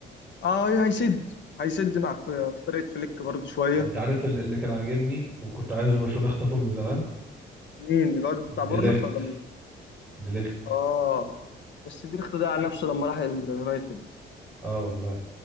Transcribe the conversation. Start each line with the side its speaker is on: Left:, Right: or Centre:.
Left: اه هيسد هيسد مع في, في طريقه فليك برضه شويه
Centre: انت عارف ال- اللي كان عاجبني وكنت عايزه برشلونه يخطفه من زمان
Left: مين الواد بتاع
Centre: ديليخت
Left: بورنوس ولا
Centre: ديليخت
Left: اه بس بيرخ ضيع نفسه لما راح اليونايتد
Centre: اه والله